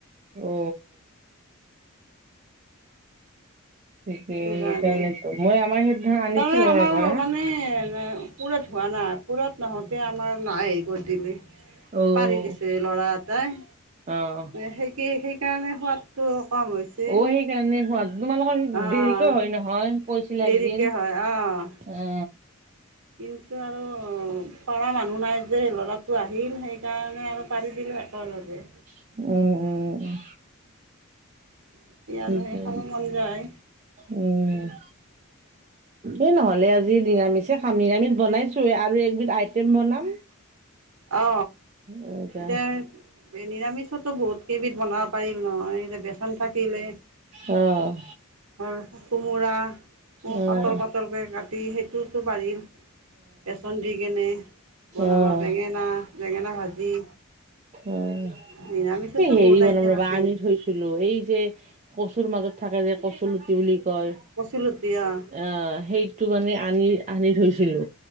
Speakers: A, on the right; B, on the right.
A: অ ঠিকে
B: সেইটো
A: সেইকাৰণেতো
B: কাৰণে
A: মই আমাৰ সেইদিনাখন আনিছিলো
B: তাৰমানে আমাৰ
A: ঘৰৰ পৰা
B: মানে এ পুৰঠ হোৱা নাই পুৰঠ নহওতে আমাৰ মায়ে হেৰি কৰি দিলে
A: অ'।
B: পাৰি দিছে। ল'ৰা এটাই
A: অ
B: সেইকে সেইকাৰণে সোৱাদটো কম হৈছে।
A: অ', সেইকাৰণে হোৱা তোমালোকৰ
B: অ'
A: দেৰিকৈ হয় নহয় কৈছিলে একদিন
B: দেৰিকে হয় অ'
A: অ
B: কিন্তু আৰু পৰা মানুহ নাই যে ল'ৰাটো আহিল সেইকাৰণে আৰু পাৰি দিলো এক লগে
A: উম উম উম
B: এতিয়া
A: ঠিকে
B: আৰু সেই খাব মন যায়
A: উম এই নহলে আজি নিৰামিষে খাম নিৰামিষ বনাইছো আৰু একবিধ আইটেম বনাম <unintelligible>
B: অ
A: এনেকা
B: এতিয়া নিৰামিষতো বহুত কেইবিধ বনাব পাৰি ন অ এতিয়া বেচন থাকিলে।
A: অ', অ',
B: তাৰ কোমোৰা অ
A: অ',
B: পাতল পাতল কে কাট টি সেইটোতো পাৰি বেচন দি কেনে বনাব
A: অ'।
B: বেঙেনা বেঙেনা ভাজি
A: অ',
B: নিৰামিষতো
A: এই হেৰি
B: বহুত আইটেম
A: বনাম ৰবা
B: আছে
A: আনি থৈছো ছিলো এই যে কচুৰ মাজত থাকে যে কচু লুটি বুলি কয়।
B: কচু লুতি আহ
A: আহ সেই টো মানে আনি আনি থৈছিলো